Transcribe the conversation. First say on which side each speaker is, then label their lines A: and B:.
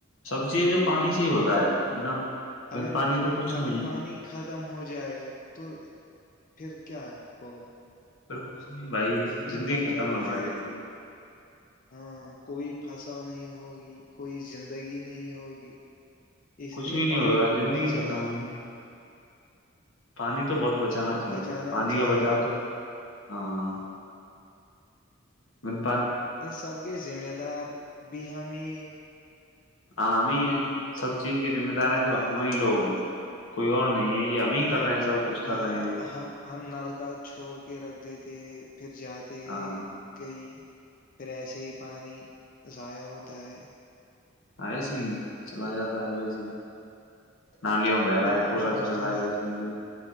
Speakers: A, on the left; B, on the left.
A: سب چییں جو پانی سے ہی ہوتا ہے بنا بن
B: اگر
A: پانی تو کچھ
B: اگر
A: نہیں
B: پانی
A: ہے
B: ختم ہو جائے تو پھر کیا ہوگا
A: بالکل کچھ نہیں بھائی
B: زمین
A: زندگی
B: بنجر
A: ختم ہے
B: ہو
A: ہماری
B: جائے
A: بڑ
B: گی ہاں کوئی فصل نہیں ہوگی کوئی زندگی نہیں ہوگی اس
A: کچھ
B: لی
A: بھی نہیں
B: وانی
A: ہوگا زندگی
B: بچا
A: ختم
B: ہ
A: ہے پانی تو بہت بچانا چاہیے
B: بچانا
A: پانی
B: چاہیے
A: کا بچاؤ تو ہاں مل
B: یہ سب کے ذمہ دار بھی ہمامی
A: آام ہی ہے سب چیز کے ج ادارے
B: ہاں
A: جو ہمیں ہی لوگ ہیں کوئی اور نہیں ہے یہ ہم ہی کر رہے ہیں سب کچھ کر
B: ہ
A: رہے ہیں جو
B: ہم ہم نلک چھوڑ کے رکھ جیتے پھر جاتے
A: ہاں
B: ہیں کئی پھر ایسے ہی پانی ضائع ہوتا ہے
A: آئے س چلا جاتا ہےوئے س نالیوں بہ
B: پھر
A: رہا ہے
B: ہم
A: کوورا
B: سوچتے
A: چل رہا ہے بیسن بھی